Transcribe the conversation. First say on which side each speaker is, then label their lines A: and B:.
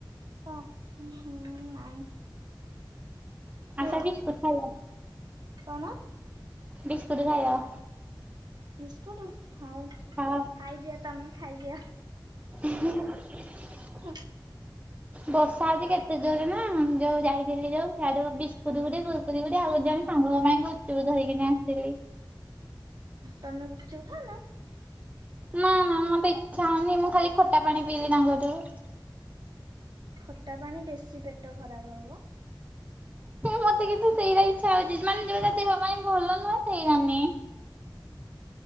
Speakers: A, on the right; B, on the right.
A: କଁ ହୁଁ ନାଇଁ। କୁହ
B: ଆସ ବିସ୍କୁଟ ଖାଇବ।
A: କଣ?
B: ବିସ୍କୁଟ ଖାଇବ।
A: ବିସ୍କୁଟ୍ ହଉ,
B: ହଁ।
A: ଖାଇଦିଅ ତମେ ଖାଇଦିଅ।
B: <unintelligible>
A: ହୁଁ।
B: ବର୍ଷା ହଉଛି କେତେ ଜୋରେ ନା ଯୋଉ ଯାଇଥିଲି ଯୋଉ ସ୍ୟାଡୁ ବିସ୍କୁଟ ଗୋଟେ କୁର୍କୁରୀ ଗୋଟେ ଆଉ ଜଣେ ସାଙ୍ଗଙ୍କ ପାଇଁ ଗୁଚୁପୁ ଧରିକିନା ଆସିଥିଲି।
A: ତମେ ଗୁପ୍ ଚୁପ୍ ଖାଉନ?
B: ନା ନା ମତେ ଇଚ୍ଛା ହଉନି ମୁଁ ଖାଲି ଖଟା ପାଣି ପିଇଲି ତାଙ୍କ କତୁରୁ।
A: ଖଟା ପାଣି ବେଶୀ ପେଟ ଖରାପ ହବ।
B: ମତେ କିନ୍ତୁ ସେଇରା ଇଚ୍ଛା ହଉଛି ମାନେ ଯୋଉରା ଦେହ ପାଇଁ ଭଲ ନୁହେଁ ସେଇରା ଆନୀ।